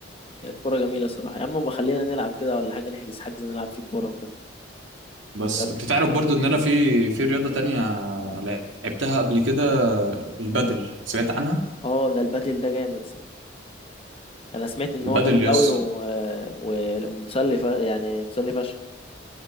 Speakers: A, on the left (about 30°); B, on the right (about 90°).
A: هي الكرة جميلة صراحة يا عم بقى خلينا نلعب كده ولا حاجة نحجز حجز نلعب فيه كورة وكده
B: بس
A: يا ريت.
B: انت تعرف برضو ان انا في في رياضة تانية لعبتها قبل كده البادل سمعت عنها
A: اه ده البادل ده جامد صح انا سمعت ان
B: البادل
A: هو جامد
B: يس
A: قوي و... ومسلي ف... يعني مسلي فشخ